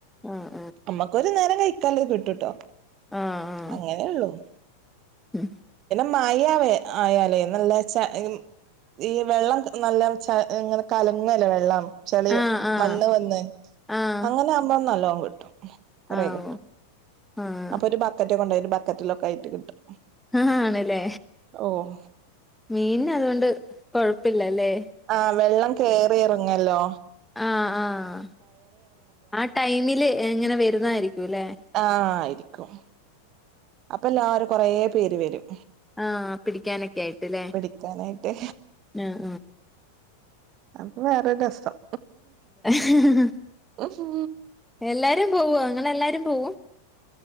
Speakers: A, in the centre; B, on the right.
A: ആഹ്
B: നമ്മക്കൊരു നേരം കഴിക്കാല്ലത് കിട്ടൂട്ടോ
A: ആഹ്
B: അങ്ങനെള്ളു
A: ഉം
B: മയാ വേ ആയാലേ നല്ല ച <unintelligible> ഈ വെള്ളം നല്ല ചാ ഇങ്ങനെ കലങ്ങല്ലോ വെള്ളം ചളി
A: ആഹ് ആഹ്
B: മണ്ണ് വന്ന്
A: ആഹ്
B: അങ്ങനെ ആകുമ്പോ നല്ലോം കിട്ടും കൊറെ
A: ആഹ്
B: കിട്ടും
A: ഓഹ് ആഹ്
B: അപ്പൊ ഒരു ബക്കറ്റ് കൊണ്ടോയിറ്റ് ബക്കറ്റിലൊക്കെ ആയിട്ട് കിട്ടും
A: ആഹ് ആണ്ല്ലേ
B: ഓഹ്
A: മീൻന് അതുകൊണ്ട് കൊഴപ്പയില്ലാല്ലേ
B: ആഹ് വെള്ളം കേറിയെറങ്ങല്ലോ
A: ആഹ് ആഹ് ആ ടൈമില് എങ്ങനെ വെരുന്നായിരിക്കുല്ലെ
B: ആഹ് ആയിരിക്കും അപ്പ എല്ലാവരും കൊറെ പേര് വെരും
A: ആഹ് പിടിക്കാനൊക്കെ ആയിട്ട്ല്ലേ
B: പിടിക്കാനായിട്ട്
A: ആഹ്
B: അപ്പൊ വേറൊര് രസം
A: ആഹ്
B: ഉഹ് ഹ്
A: എല്ലാരും പോവൊ ഇങ്ങള് എല്ലാരും പോവും?